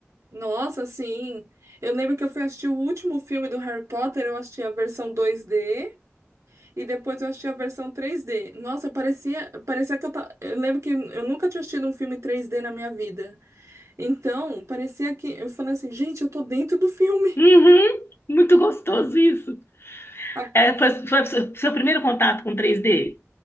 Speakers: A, on the right; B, on the left.
A: Nossa, sim. Eu lembro que eu fui assistir o último filme do Harry Potter. Eu assisti a versão 2D. E depois eu achei a versão 3D. Nossa, parecia, parecia que eu tava. Eu lembro que eu nunca tinha assistido um filme 3D na minha vida. Então, parecia que eu falei assim, gente, eu tô dentro do filme.
B: Uhum, muito gostoso isso.
A: Ah,
B: É, foi, foi seu seu primeiro contato com 3D?